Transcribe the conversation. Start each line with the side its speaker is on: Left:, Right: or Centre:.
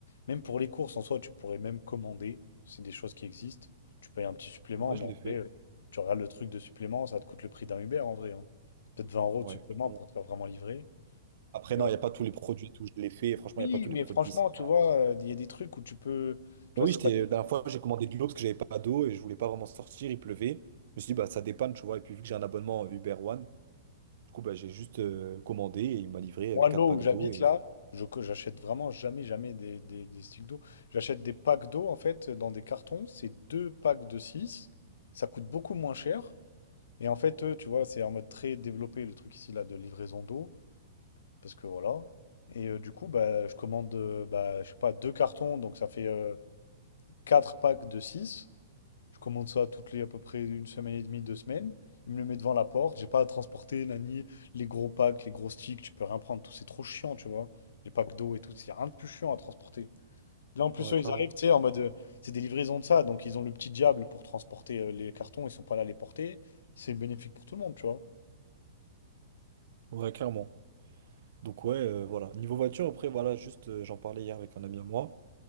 Left: Même pour les courses, en soi, tu pourrais même commander. C'est des choses qui existent. Tu payes un petit supplément,
Right: Ouais,
Left: mais
Right: je l'ai
Left: en
Right: fait.
Left: vrai, euh, tu regardes le truc de supplément, ça te coûte le prix d'un Uber en vrai. hein. Peut-être vingt euros
Right: Ouais,
Left: de supplément
Right: clairement.
Left: pour te faire vraiment livrer.
Right: Après,
Left: Euh,
Right: non, il n'y a pas tous les produits et tout, je l'ai fait, et franchement,
Left: oui,
Right: il n'y a pas tous
Left: mais
Right: les produits.
Left: franchement,
Right: c'est
Left: tu
Right: pas-
Left: vois, euh, il y a des trucs où tu peux. Tu
Right: Mais
Left: vois,
Right: oui,
Left: c'est
Right: j'étais,
Left: pas.
Right: la dernière fois, j'ai commandé de l'eau parce que j'avais pas d'eau et je voulais pas vraiment sortir, il pleuvait. Je me suis dit, bah, ça dépanne, tu vois, et puis vu que j'ai un abonnement Uber One, du coup, bah, j'ai juste euh, commandé et il m'a livré
Left: Moi,
Right: euh, quatre
Left: l'eau
Right: packs
Left: où j'habite
Right: d'eau et...
Left: là, je co- j'achète vraiment jamais, jamais des, des, des sticks d'eau. J'achète des packs d'eau en fait dans des cartons. C'est deux packs de six Ça coûte beaucoup moins cher. Et en fait, eux, tu vois, c'est en mode très développé le truc ici là de livraison d'eau, parce que voilà. Et euh, du coup, bah, je commande, euh, bah, je sais pas, deux cartons, donc ça fait euh, quatre packs de six. Je commande ça toutes les à peu près une semaine et demie, deux semaines. Ils me le mettent devant la porte. J'ai pas à transporter, nani, les gros packs, les gros sticks, tu peux rien prendre, tout c'est trop chiant, tu vois. Les packs d'eau et tout, c'est rien de plus chiant à transporter. Là, en plus,
Right: Ouais,
Left: eux,
Right: clairement.
Left: ils arrivent, tu sais, en mode, euh, c'est des livraisons de ça, donc ils ont le petit diable pour transporter euh, les cartons, ils sont pas là à les porter. C'est bénéfique pour tout le monde, tu vois.
Right: Ouais, clairement. Donc ouais, euh, voilà. Niveau voiture, après, voilà, juste, euh, j'en parlais hier avec un ami à moi,